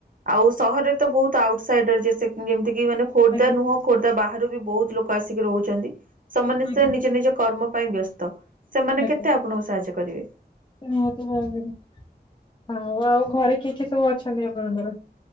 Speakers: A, on the right (about 55°); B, on the left (about 30°).
A: ଆଉ ସହରରେ ତ ବୋହୁତ ଆଉଟ ସାଇଡର ଯେ ସେ ଯେମିତି କି ମାନେ ଖୋର୍ଦ୍ଧା
B: ଆଜ୍ଞା
A: ନୁହଁ ଖୋର୍ଦ୍ଧା ବାହାରୁ ବି ବୋହୁତ ଲୋକ ଆସିକି ରହୁଛନ୍ତି। ସ ମାନେ
B: ଆଜ୍ଞା
A: ସେ ନିଜ ନିଜ କର୍ମ ପାଇଁ ବ୍ୟସ୍ତ। ସେମାନେ
B: ଆଜ୍ଞା
A: କେତେ ଆପଣଙ୍କୁ ସାହାଯ୍ୟ କରିବେ?
B: ନିହାତି ଭାବରେ ହଁ ଆଉ ଘରେ କିଏ କିଏ ସବୁ ଅଛନ୍ତି ଆପଣଙ୍କର?